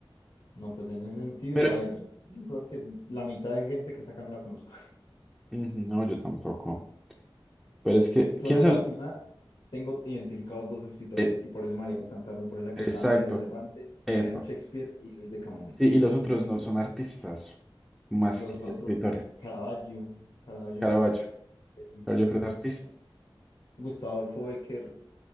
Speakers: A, on the left (about 75°); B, in the centre.
A: No, pues en ese sentido,
B: pero
A: a
B: es
A: ver, yo creo que la mitad de gente que está acá no la conozco.
B: Ujú, No, yo tampoco. Pero
A: <laughs>
B: es que,
A: Solo
B: ¿quién son?
A: de la opción A tengo identificados dos escritores
B: Eh,
A: y por eso María de Cantarme, por esa
B: exacto.
A: que está Miguel de Cervantes,
B: Epa.
A: William Shakespeare y Luis de Camões.
B: Sí, y los otros no son artistas más
A: Los
B: que
A: otros,
B: escritores.
A: Caravaggio, Caravaggio
B: Caravaggio.
A: es un
B: Pero
A: eh,
B: yo creo
A: un
B: que es
A: escritor.
B: artista.
A: Gustavo Adolfo Becker,